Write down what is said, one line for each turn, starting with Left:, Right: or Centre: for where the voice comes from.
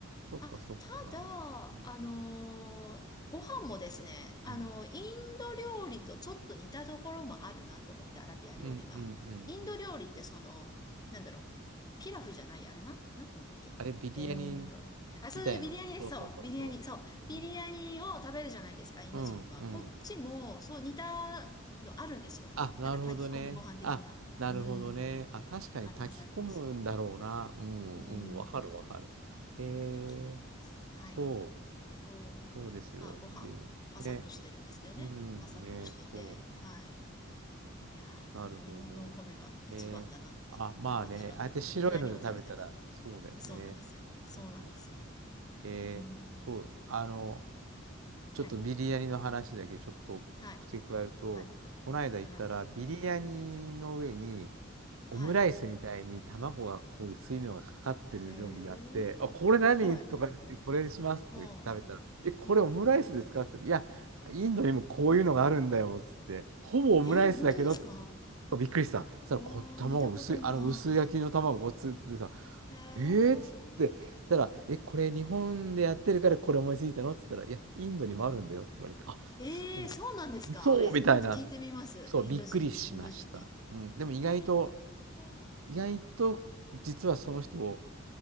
Right: そっかそっか。
Left: あ、ただ、
Right: うん。
Left: あのーご飯もですね、あのーイン
Right: うん。
Left: ド料理とちょっと似たところもあるなと思って、アラビア料理は。
Right: うん。うん。う
Left: インド料理ってその、
Right: ん。
Left: なんだろう、ピラフじゃない、あれなん、なんて言うんだっけ。
Right: あれ、ビリヤニ
Left: えーっと、あ、そう、
Right: みたいな。
Left: ビリヤニです、
Right: そうそうそうそ
Left: そう、ビリヤニ、そう、
Right: う。
Left: ビリヤニを食べるじゃないですか、
Right: うん。
Left: インド人は。
Right: うん。うん
Left: こっちも、そう、似たのあるんですよ。
Right: あ、なるほどね。
Left: なんか炊き込みご飯的な。
Right: あ、なるほどね。
Left: うん、
Right: あ、確かに炊き込むんだろうな。
Left: あります、あります。
Right: うん、
Left: うん、
Right: うん、わかるわかる。えー、
Left: 炊き込みます。はい。
Right: そ
Left: そう、
Right: う、そうですよ。
Left: まあご飯、
Right: で、
Left: パサッとしてるんですけどね。
Right: ね、うん、
Left: パサッとしてて、
Right: ね、そ
Left: はい。いやー、
Right: う、なるほど。
Left: やっぱ日本のお米が一番だなって、
Right: ね、あ、まあね、
Left: 私はん何を食べても。
Right: ああやって白いので食べたら、そうだよね。
Left: そうなんですよ。そうなんですよ。
Right: そうそうそう。えー、
Left: うん。
Right: そう、あの、
Left: はい。
Right: ちょっとビリヤニの話だけちょっと付け加えると、
Left: はい。はい。
Right: この間行ったらビリヤニの上に
Left: はい。
Right: オムライスみたいに卵がこう薄いのがかかってる料理があって、
Left: はい。えー、
Right: あ、これ何とか言って、
Left: はい。
Right: これにしますとか言って食べたら、
Left: うん。
Right: え、これオムライスですかって言ったら、
Left: うん。うん。
Right: いや、インドにもこういうのがあるんだよっつって、ほぼオムライスだけど、
Left: えー、本当ですか
Right: びっくりした。そしたらこう、
Left: おー、
Right: 卵薄い、
Left: 見たことな
Right: あの薄焼きの卵ごっつってさ、
Left: い。へえ
Right: えーっつって、たら、え、これ日本でやってるからこれ思いついたのって言ったら、いや、インドにもあるんだよって言われて、
Left: うん
Right: あ、
Left: ええそうなんですかえ、
Right: そう、そうみたいな、
Left: 今度聞いてみます。
Right: そう、
Left: インド人、
Right: びっくりしました。
Left: インド人に。
Right: うん、でも意外と、
Left: へえ。
Right: 意外と実はその人を